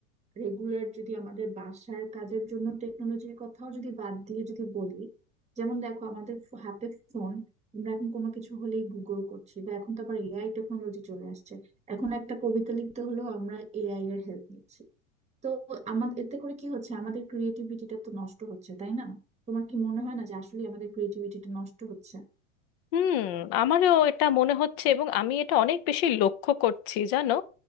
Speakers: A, on the right; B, on the left.
A: রেগুলার যদি আমাদের বাসার কাজের জন্য টেকনোলজির কথাও যদি বাদ দিয়ে যদি বলি যেমন দেখো আমাদের ফো- হাতে ফোন আমরা এখন কোনো কিছু হলেই গুগল করছি বা এখন তো আবার এআই টেকনোলজি চলে আসছে এখন একটা কবিতা লিখতে হলেও আমরা এআই এর হেল্প নিচ্ছি তো আমাদের এতে করে কি হচ্ছে আমাদের ক্রিয়েটিভিটিটা তো নষ্ট হচ্ছে তাই না তোমার কি মনে হয় না যে আসলে আমাদের ক্রিয়েটিভিটিটা নষ্ট হচ্ছে
B: হুম আমারও এটা মনে হচ্ছে এবং আমি এটা অনেক বেশি লক্ষ্য করছি জানো